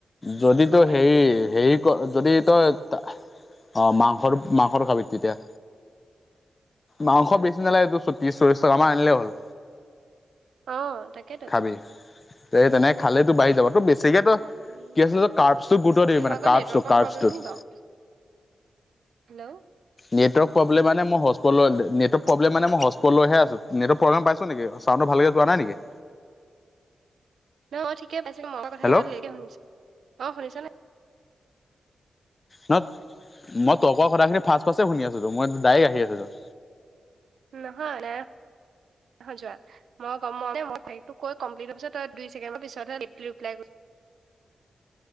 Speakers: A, on the left (about 25°); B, on the right (about 80°).
A: যদি
B: খাব
A: তো
B: পাৰিম
A: সেই হেৰি যদি তই অ মাংসৰ মাংসৰ খাবি তেতিয়া মাংস
B: উম
A: বেছি নালেগে তোৰ ত্ৰিশ চল্লিশ টকা মান আনিলেই হ'ল
B: অ', তাকে
A: খাবি। তে তেনেকে খালেই তোৰ বাঢ়ি যাব তোৰ বেছি চিকেতো কি
B: উম
A: আছিল কাৰভচটো গোৰুট দিবি
B: তোৰ
A: মানে
B: ভাগৰ
A: কাৰভচটো
B: নেটৱৰ্কৰ
A: কাৰভচটোত
B: প্ৰব্লেম নি বাৰু হেল্ল'
A: নেটৱৰ্ক প্ৰব্লেম মানে মই হষ্টপত লৈহে আছোঁ নেৱৰ্ক প্ৰব্লেম মানে মই হস্পত লৈ আছো নেটৱক প্ৰব্লেম পাইছো নেকি চাউণ্ডটো ভালকে যোৱা নাই নেকি।
B: নহয় অ', ঠিকে পাইছোঁ মইৰ কথাখিনি
A: হেল্ল'
B: অলপ লেটকে শুনিছো অঁ শুনিছ নাই
A: ন মই তই কোৱা কথাখিন ফাৰ্ষ্ট ফাৰ্ষ্ট শুনি আছোটো মই ডাইৰেক্ট আহি আছোটো
B: নহয় ন হাজাৰ মই গম মই কৈ <inaudible> কমপ্লিট হোৱা দুই ছেকেণ্ডৰ পিছতহে ৰিপ্লাইটো কৰিছ